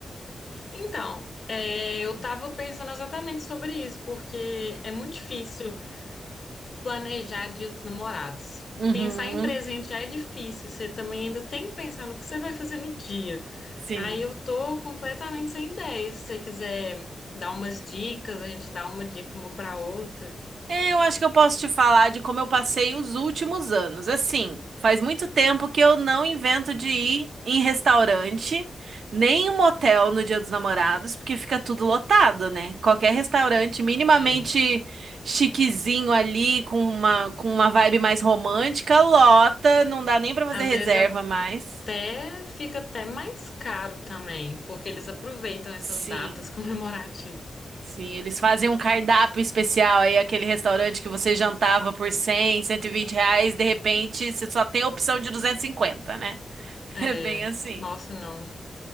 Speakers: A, on the left (about 45°); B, on the right (about 75°).
A: Então, é, eu tava pensando exatamente sobre isso, porque é muito difícil planejar Dia dos Namorados.
B: Uhum.
A: Pensar em presente já é difícil, você também ainda tem que pensar no que você vai fazer no dia.
B: Sim.
A: Aí eu tô completamente sem ideia. Se você quiser dar umas dicas, a gente dá uma dica uma pra outra.
B: É, eu acho que eu posso te falar de como eu passei os últimos anos. Assim, faz muito tempo que eu não invento de ir em restaurante, nem em motel no Dia dos Namorados, porque fica tudo lotado, né? Qualquer restaurante minimamente
A: É.
B: chiquezinho ali, com uma, com uma vibe mais romântica, lota, não dá nem pra fazer
A: Às
B: reserva
A: vezes
B: mais.
A: até fica até mais caro também, porque eles aproveitam essas
B: Sim.
A: datas <laughs> comemorativas.
B: Sim, eles fazem um cardápio especial aí, aquele restaurante que você jantava por cem cento e vinte reais, de repente você só tem a opção de duzentos e cinquenta né? <laughs>
A: É,
B: É bem assim.
A: nossa, não.